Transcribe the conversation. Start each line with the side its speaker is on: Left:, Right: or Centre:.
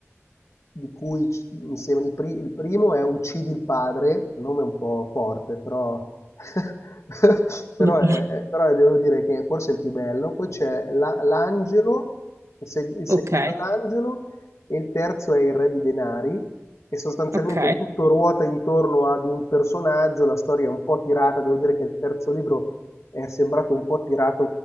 Left: di cui c- mi sembra il, pri- il primo è Uccidi il padre, il nome è un po' forte, però, <laughs> però,
Right: Ok,
Left: è- è- però devo dire che forse è il più bello. Poi c'è la- l'angelo, il, se- il
Right: ok,
Left: secondo è l'angelo, e il terzo è il re di denari e sostanzialmente
Right: ok,
Left: tutto ruota intorno ad un personaggio, la storia è un po' tirata, devo dire che il terzo libro è sembrato un po' tirato